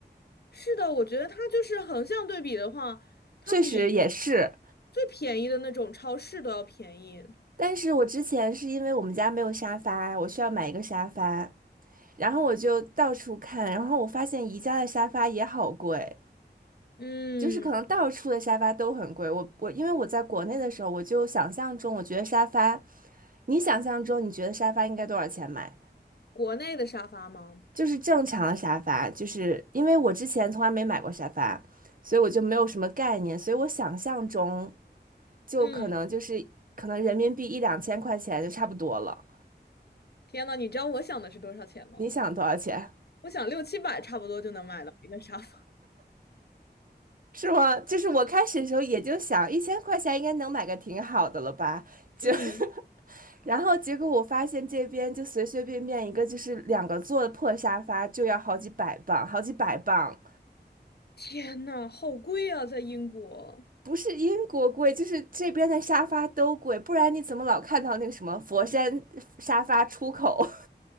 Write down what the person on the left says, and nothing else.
是的，我觉得它就是横向对比的话，它比
最便宜的那种超市都要便宜。
嗯，
国内的沙发吗？
嗯，天呐，你知道我想的是多少钱吗？
我想六七百差不多就能买到一个沙发。
嗯，
天呐，好贵啊，在英国。